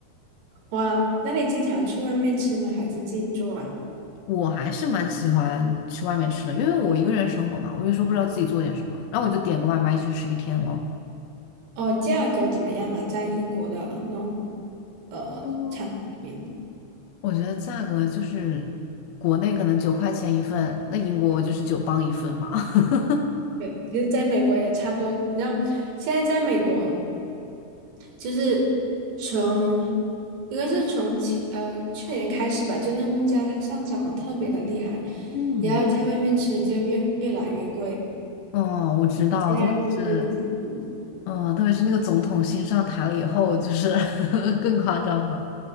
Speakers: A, on the right (about 80°); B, on the left (about 80°).
A: 哇，那你经常去外面吃吗？还是自己做啊？
B: 我还是蛮喜欢去外面吃的，因为我一个人生活嘛，我有时候不知道自己做点什么，然后我就点个外卖一直吃一天咯。
A: 哦，价格怎么样啊？在英国的那种呃餐馆里面？
B: 嗯，我觉得价格就是国内可能九块钱一份，那英国就是九磅一份嘛。<laughs>
A: 对，其实在美国也差不多。你知道，现在在美国，就是从应该是从去呃去年开始吧，就那物价它上涨的特别的厉害，
B: 嗯，
A: 然后在外面吃就越越来越贵。
B: 哦，我知道，
A: 现在就是自己煮，
B: 特别是嗯，特别是那个总统新上台了以后，就是 <laughs> 更夸张了。